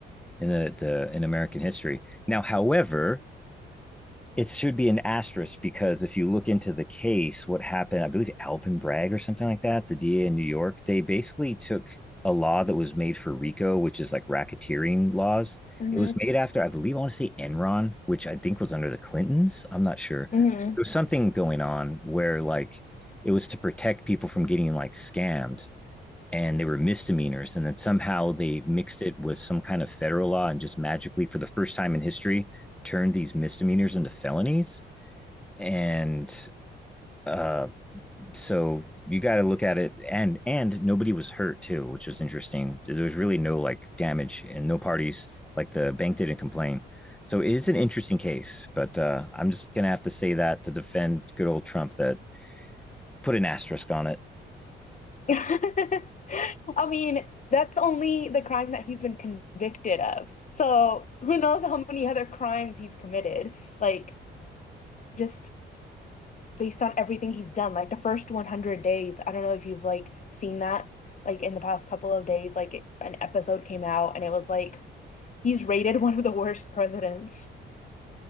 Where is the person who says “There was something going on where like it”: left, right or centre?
Centre